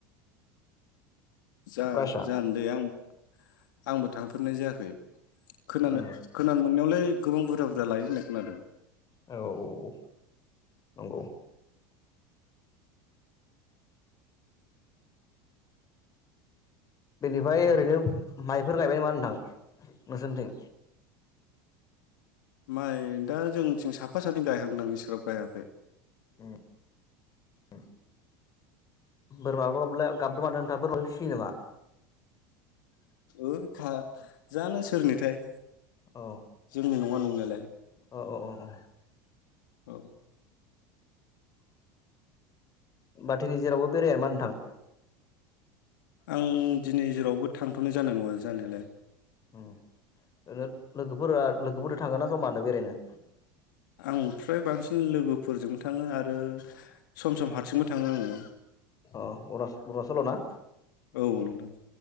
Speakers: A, on the left; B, on the left.
A: जा
B: प्राइसआ
A: जानोदै आं आंबो थांफेरनाय जायाखै खोनानो
B: उम
A: खोनानो नायावलाय गोबां बुरजा बुरजा लायो होननाय खोनादों।
B: औ औ औ नंगौ। बेनिफ्राय ओरैनो माइफोर गायबाय नामा नोंथां नोंसोरनिथिं?
A: माइ दा जों थिं साफा सानै गायहांदों इसेग्राब गायाखै।
B: ओम <unintelligible> बोरमाबो ब्ले गाबदों माथो नोंथां बोरमाबो फिसियो नामा?
A: ओइ खा जानो सोरनिथाय?
B: अ
A: जोंनि नङा नंना यालाय।
B: अ अ अ।
A: औ।
B: बाथौ रिज'रावबो बेराया नामा नोंथां?
A: आं दिनै जेरावबो थांथ'नाय जानाय नङा जानायालाय।
B: ओ लोगोफोरा लोगोफोरजों थांगोना जमानो बेरायनो?
A: आं फ्राय बांसिन लोगोफोरजोंबो थाङो आरो सम सम हारसिंबो थाङो आङो।
B: अ अ अरणचलआव ना?
A: औ नोंथां।